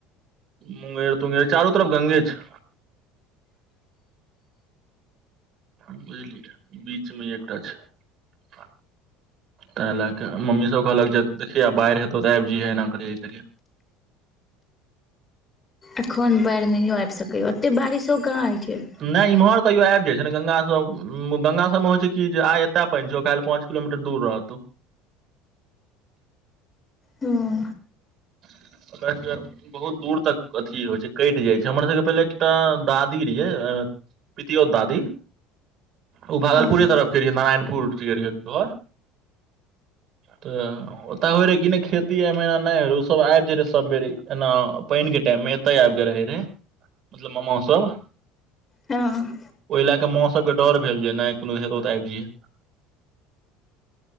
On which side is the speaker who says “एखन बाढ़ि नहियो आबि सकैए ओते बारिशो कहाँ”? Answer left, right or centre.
Left